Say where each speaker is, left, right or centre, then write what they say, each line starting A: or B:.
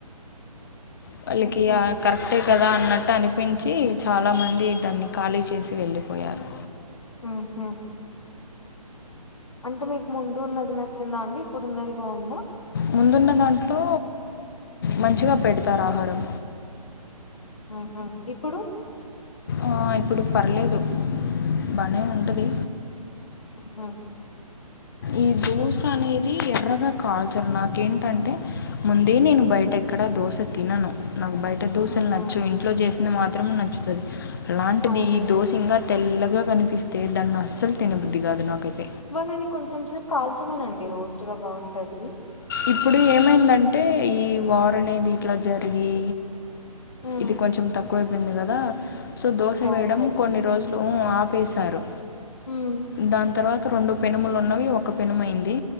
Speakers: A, on the left; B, on the left.
A: <inaudible>
B: వాళ్ళకి
A: ఉహు
B: కరెక్టే కదా అన్నట్టు అనిపిం వచ్చి చాలామంది దాన్ని ఖాళీ చేసి వెళ్ళిపోయారు.
A: హ హ అంటే మీకు ముందు ఉన్నది నచ్చిందా అండి, ఇప్పుడు ఉన్నది బావుందా?
B: ముందున్న దాంట్లో మంచిగా పెడతారు ఆహారం
A: ఆహ ఇప్పుడు
B: ఆ ఇప్పుడు పర్లేదు బానే ఉంటది
A: అ
B: ఈ దోశ అనేది ఎర్రగా కాల్చరు నాకు ఇకేంటంటే ముందే నేను బయట ఎక్కడ దోశ తినను నాకు బయట దోసలు
A: ఉహు
B: నచ్చవ్ ఇంట్లో చేసింది మాత్రం నచ్చుతది. అలాంటిది
A: అవునులేండి
B: ఈ దోశ ఇంగ తెల్లగా కనిపిస్తే దాన్ని అస్సలు తినబద్ది కాదు నాకైతే
A: వాళ్ళని కొంచెం సేపు కాల్చమనండి రోస్ట్ గా బావుంటది.
B: ఇప్పుడు ఏమైందంటే ఈ వారు అనేది ఇట్లా జరిగి
A: ఉమ్
B: ఇది కొంచెం తక్కువైపోయింది కదా సో దోశ
A: గ్యాస్
B: వేయడం కొన్ని రోజులు ఆపేశారు
A: ఉమ్
B: దాని తర్వాత రెండు పెనుములు ఉన్నవి ఒక పెనుము అయింది